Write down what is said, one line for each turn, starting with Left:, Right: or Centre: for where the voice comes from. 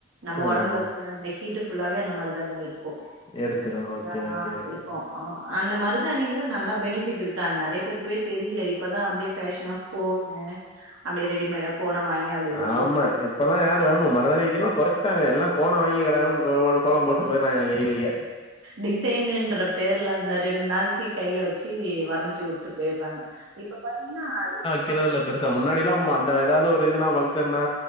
Right: நம்ம
Left: ஆ,
Right: ஒடம்புல
Left: ஆ.
Right: இருக்குற இந்த ஹீட்டு் ஃபுல்லாவே அந்த மாரி தா ஈர் கு
Left: எடுத்துரும் ஓகே
Right: நா
Left: ஓகே ஓகே
Right: இருப்போ ஆ அந்த மருதாணிக்கெல்லா நல்லா பெனிஃபிட் இருக்காது நறைய பேருக்குவே தெரியில இப்பதா அப்டி ஃபேஷனா கோணு அப்டியே ரெடிமேடா கோண வாங்கி அப்டி அப்டியே
Left: ஆமா
Right: பூச்சிகுட்டு
Left: இப்பெல்லா யாரு ஆமா மருதானி வெக்கிரல்லா கொறச்சிட்டாங்க எல்லா கோன
Right: ஆ.
Left: வாங்கி கடகடன் கோ கோல போட்டு போயிடுறாங்க கையிலயே
Right: டிசைனுன்ற பேர்ல அந்த ரெண்டு நாளைக்கு கையில வெச்சு வரஞ்சி வுட்டு போயிடுறாங்க இப்ப பாத்தீங்கன்னா அது
Left: க்கிறதுலுல்ல பெருசா முன்னாடிலல்லாம்மா அந்த ஏதாவது ஒரு இதுனா ஃபங்க்ஷன்னா